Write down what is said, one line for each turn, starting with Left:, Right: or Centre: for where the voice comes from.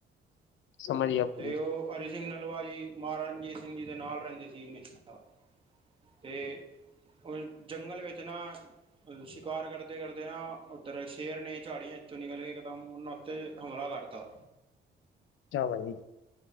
Left: ਸਮਾਜ ਆਪਣੀ
Right: ਤੇ ਉਹ ਹਰੀ ਸਿੰਘ ਨਲੂਆ ਜੀ, ਮਹਾਰਾਜ ਰਣਜੀਤ ਸਿੰਘ ਜੀ ਦੇ ਨਾਲ ਰਹਿੰਦੇ ਸੀ। ਹਮੇਸ਼ਾ ਤੇ ਜੰਗਲ, ਵਿੱਚ ਨਾ ਸ਼ਿਕਾਰ, ਕਰਦੇ- ਕਰਦੇ ਨਾ ਉੱਧਰ ਸ਼ੇਰ ਨੇ ਝਾੜੀਆਂ ਚੌ ਨਿਕਲ ਕੇ, ਇਕਦਮ ਉਹਨਾਂ ਤੇ ਹਮਲਾ ਕਰਤਾ
Left: ਅੱਛਾ ਵਈ,